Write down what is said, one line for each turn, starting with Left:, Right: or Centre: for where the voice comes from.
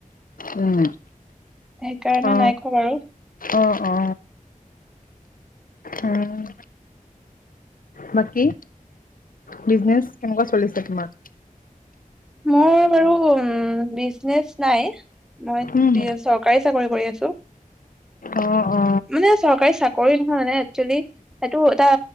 Left: উম।
Centre: সেইকাৰণে
Left: অ
Centre: নাই খোৱা বাৰু।
Left: অ অ উম। বাকী, বিজনেছ কেনেকুৱা চলিছে তোমাৰ?
Centre: মোৰ বাৰু বিজনেচ নাই। মই
Left: উম
Centre: চৰকাৰী চাকৰি কৰি আছো।
Left: অ অ
Centre: মানে চৰকাৰী চাকৰি নহয় নে একচলি সেইটো এটা